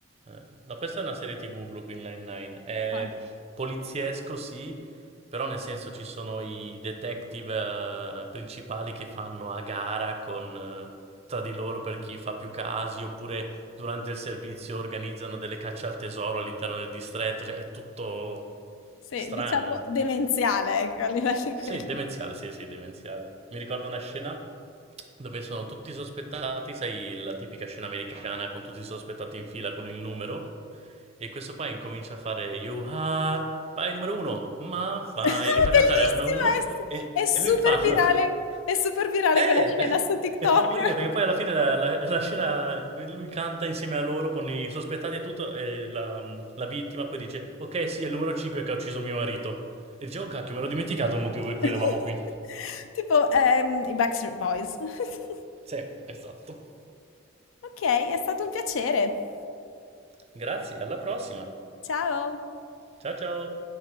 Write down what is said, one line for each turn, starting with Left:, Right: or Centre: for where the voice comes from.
Right: Eh, No, questa è una serie TV Brooklyn Nine-Nine. È
Left: Ah.
Right: poliziesco, sì, però nel senso ci sono i detective eh, principali che fanno a gara con, eh, tra di loro per chi fa più casi, oppure durante il servizio organizzano delle cacce al tesoro all'interno del distretto, cioè è tutto
Left: Sì,
Right: strano.
Left: diciamo demenziale, ecco, a livello di
Right: Sì,
Left: quelli.
Right: demenziale, sì, sì, demenziale. Mi ricordo una scena dove sono tutti sospettati, sai, la tipica scena americana con tutti i sospettati in fila con il numero e questo qua incomincia a fare You are, vai numero uno, ma fai,
Left: <laughs>
Right: e li fa cantare
Left: Bellissima,
Right: a uno a uno e,
Left: è, è super
Right: e lui fa,
Left: virale,
Right: <laughs>
Left: è super virale
Right: eh,
Left: quella scena su TikTok.
Right: e fa morire perché poi alla fine la, la- la scena, lui canta insieme a loro con i sospettati e tutto e la, la vittima poi dice, ok sì è il numero 5 che ha ucciso mio marito. E dice, oh cacchio, me l'ho dimenticato il motivo
Left: <laughs>
Right: per cui eravamo qui.
Left: Tipo, ehm, i Backstreet Boys. <laughs>
Right: Sì, esatto.
Left: Ok, è stato un piacere.
Right: Grazie, alla prossima.
Left: Ciao.
Right: Ciao ciao.